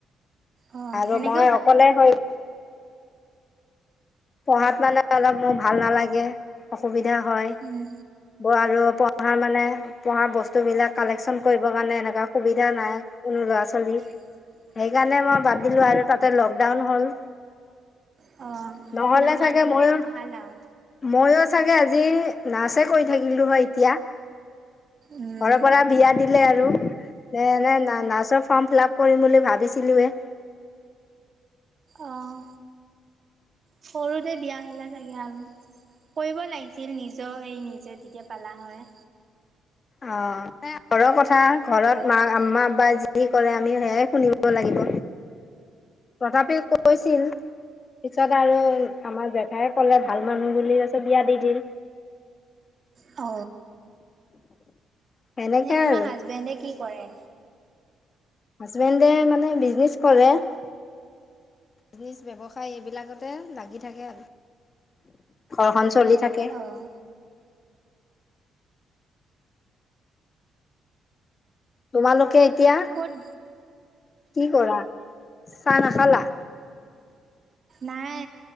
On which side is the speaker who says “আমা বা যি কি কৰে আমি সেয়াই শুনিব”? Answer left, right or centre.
Left